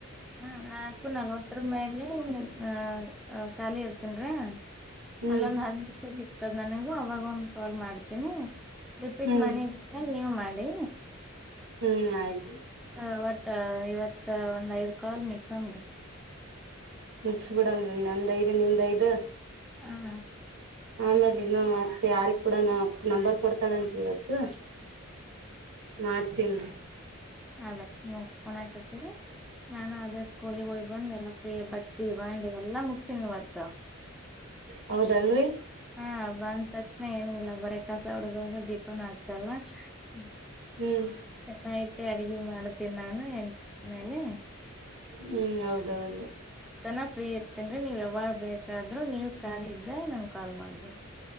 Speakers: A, in the centre; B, on the right.
A: ಹ್ಮ್ ನಾಲ್ಕು ನಲ್ವತ್ತರ ಮೇಲೆ ಅದ. ಅ ಖಾಲಿ ಇರ್ತೀನರೆ.
B: ಹ್ಮ್
A: ಅಲ್ಲೊಂದ ಹತ್ತ ನಿಮಿಷ ಬಿ. <unintelligible> ನನಗೂ ಅವಾಗ ಒಂದ ಕಾಲ್ ಮಾಡ್ತೀನಿ. ರಿಪೀಟ್
B: ಹ್ಮ್
A: ಮನಿಗ ಬಂದ ಮೇಲ. ನೀವ ಮಾಡಿ.
B: ಹ್ಮ್ ಆಯ್ತು.
A: ಹ ಒಟ್ಟ ಇವತ್ತ ಒಂದ ಐದ ಕಾಲ್ ಮುಗ್ಸ. ಸಮ್ಮರಿ.
B: ಮುಗಸಬಿಡಮರಿ ನಂದ ಐದ ನಿಮ್ದ ಐದ.
A: ಹ ಹಾ.
B: ಆಮೇಲ ಇನ್ನು ಮತ್ತ ಯಾರಿಗ ಕೂಡನ ನಂಬರ್ ಕೊಡ್ತಾಳ ಅಂತರಿ ಇವತ್ತು ಮಾಡ್ತನ್ರಿ.
A: ಅದ ಮುಗಸ್ಕೊಂಡಕತಿರಿ ನಾನು ಅದ ಸ್ಕೂಲಿಗ ಹೋಗಿ ಬಂದ ಎಲ್ಲಾ ಫ್ರೀ ಬಟ್ಟಿ ಬಾಂಡಿ ಎಲ್ಲಾ ಮುಗಸಿನಿ ಇವತ್ತ.
B: ಹೌದನರಿ.
A: ಹಾ ಬಂದ ತಕ್ಷಣ ಏನು ಇಲ್ಲ ಬರೆ ಕಸ ಹುಡಗೋದು. ದೀಪನು ಹಚಲ್ಲ. ಹ್ಮ್.
B: ಹ್ಮ್
A: ಗುಡ್ ನೈಟ್. ಮತ್ತೆ ಅಡಗಿ ಮಾಡ್ತೇನಿ ನಾನು ಎಂಟ್ಸ್ತ ಮೇಲೆ.
B: ಹ್ಮ್ ಹೌದೌದು.
A: ತನ ಫ್ರೀ ಇತ್ ಅಂದ್ರೆ ನೀವ್ ಯಾವಾಗ್ ಬೇಕ್ ಕಾದ್ರೂ ನೀವ್ ಖಾಲಿ ಇದ್ದಾಗ್ ನಮಗ್ ಕಾಲ್ ಮಾಡ್ದೆ.